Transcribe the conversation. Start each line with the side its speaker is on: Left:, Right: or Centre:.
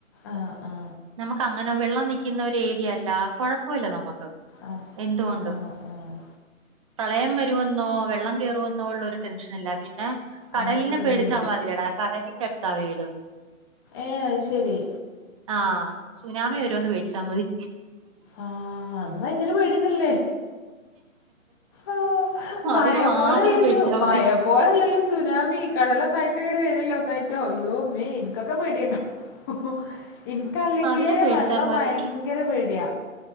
Left: ആഹ് ആഹ്
Right: നമുക്കങ്ങനെ വെള്ളം നിക്കുന്ന ഒരു ഏരിയ അല്ല കൊഴപ്പോല്ല നമുക്ക്
Left: ആഹ്
Right: എന്തുകൊണ്ടും.
Left: ആഹ് ആഹ്
Right: പ്രളയം വരുമെന്നോ വെള്ളം കേറുമെന്നോ ഉള്ള ഒരു ടെൻഷനില്ലാ പിന്നെ. കടലിനെ
Left: അങ്ങനത്തെ പേടിയൊന്നുല്ല
Right: പേടിച്ചാൽ മതിയടാ കടലിന്റെ അടുത്താ വീട്.
Left: ഏ അഹ്ശരി
Right: ആഹ് സുനാമി വരോന്ന് പേടിച്ചാ മതി.
Left: ആഹ് അത് ഭയങ്കര പേടിന്നെല്ലേ ആഹ് മയ
Right: അതിനെ മാത്രം
Left: പോലല്ലല്ലോ
Right: പേടിച്ചാ
Left: മയപോ
Right: മതി.
Left: പോലെല്ലല്ലോ സുനാമി കടലൊന്നായിട്ട്ങ്ങട് വരല്ലോ ഒന്നായിട്ടോ അയ്യോ മേ എനിക്കൊക്കെ പേടിയാട്ടൊ. <unintelligible> ഇൻക്കല്ലെങ്കിലേ
Right: അതിനെ പേടിച്ചാ
Left: വെള്ളം
Right: മതി.
Left: ഭയങ്കര പേടിയാ.